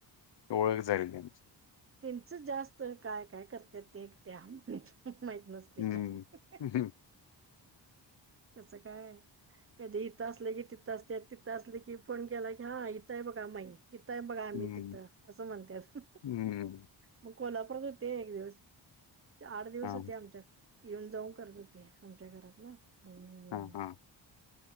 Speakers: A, on the left; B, on the right.
A: ओळख झाली त्यांची
B: त्यांच जास्त काय काय करत ते त्या म्ह माहित नसत
A: हम्म
B: काय
A: हम्म
B: तस काय कधी इिथं असले की तिथं असते तिथं असले की फोन केला की हा इथं आहे बघा माई इिथं <inaudible> य बघा आम्ही
A: हम्म
B: तिथं असं म्हणतात
A: हम्म
B: मग कोल्हापुरात होते एक दिवस आठ दिवस
A: हा
B: होते आमच्यात येऊन जाऊ करत होते आमच्या घरात ना हम्म
A: हा हा